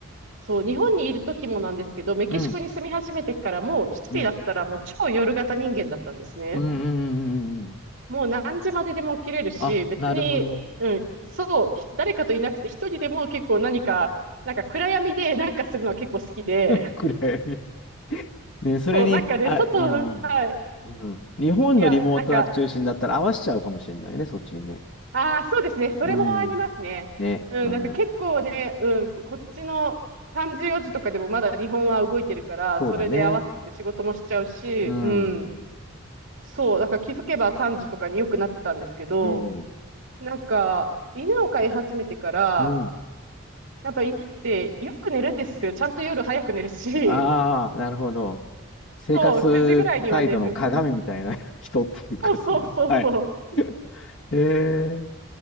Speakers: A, on the right (about 65°); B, on the left (about 60°).
A: そう、日本にいる時もなんですけど、メキシコに住み始めてからも、
B: うん。
A: 一人だったらもう超夜型人間だったんですね。
B: うん。うんうんうんうんうん。
A: もう何時まででも起きれるし、
B: あ、
A: 別に、
B: なるほど。
A: うん、そう、誰かといなくて一人でも結構何か、なんか暗闇でなんかするのは結構好きで、
B: <laughs> 暗闇。ね、それに、
A: そう、なんかね、
B: あ、
A: 外の、
B: うん
A: はい。
B: うん。うん。日本のリモートワーク中心だったら合わせちゃうかもしれないね、
A: いや、なんか、
B: そっちにね。
A: ああ、そうですね。それもありますね。
B: うん。ね、
A: うん、
B: うん。
A: なんか結構ね、うん、ここっちの3時4時とかでもまだ日本は動いてるから、
B: そうだね。
A: それで合わせて仕事もしちゃうし、
B: うん。
A: うん。
B: う
A: そう、だから気づけば3時とかによくなってたんですけど、
B: ん。
A: なんか、犬を飼い始めてから、
B: うん。
A: やっぱ犬ってよく寝るんですよ。ちゃんと夜早く寝るし、
B: ああ、なるほど。
A: <laughs>
B: 生活態度の鏡みたいな
A: そう、9時ぐらいには寝る。
B: <laughs> 人っていうか、
A: そうそうそうそう。
B: その、はい。<laughs> へえ。